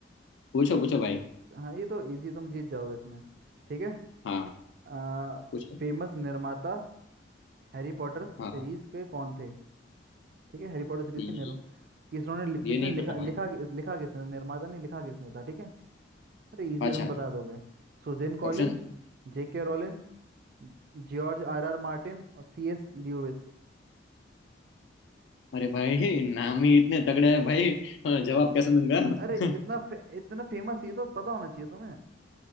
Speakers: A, on the left; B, on the right.
A: पूछो पूछो भाई
B: हाँ ये तो इजी तुम जीत जाओगे इसमें ठीक है
A: हाँ
B: आ,
A: पूछो
B: फेमस निर्माता हैरी पॉटर
A: हाँ
B: सीरीज के कौन थे ठीक है हैरी पॉटर सीरीज
A: ये
B: के निर्म किसने ने किसने
A: ये नहीं
B: लिखा
A: पता
B: लिखा
A: भाई
B: लिखा किसने निर्माता नहीं लिखा किसने था ठीक है अरे इजी
A: अच्छा
B: है तुम बता दोगे सुजेन
A: ऑप्शन
B: कॉलिन जेके Rowling George R R Martin और सी एस ल्यूइस
A: अरे भाई नाम ही इतने तगड़े हैं भाई हाँ, जवाब कैसे दूंगा
B: अरे
A: <laughs>
B: इतना फे, इतना फेमस ये तो पता होना चाहिए तुम्हें